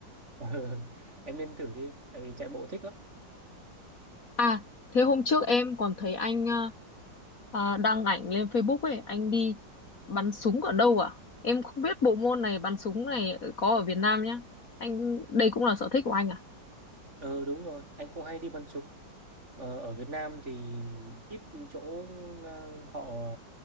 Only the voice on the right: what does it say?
Ờ, em nên thử đi tại vì chạy bộ thích lắm
ờ đúng rồi anh cũng hay đi bắn súng ờ, ở Việt Nam thì ít chỗ ờ, họ